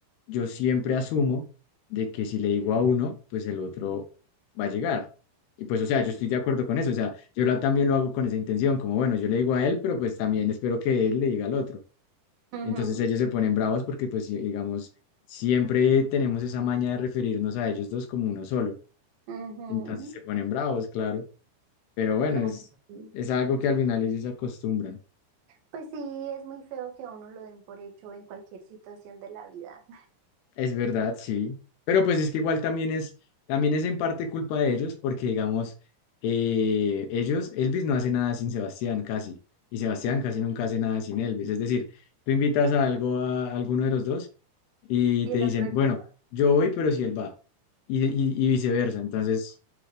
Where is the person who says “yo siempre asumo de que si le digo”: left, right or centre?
Left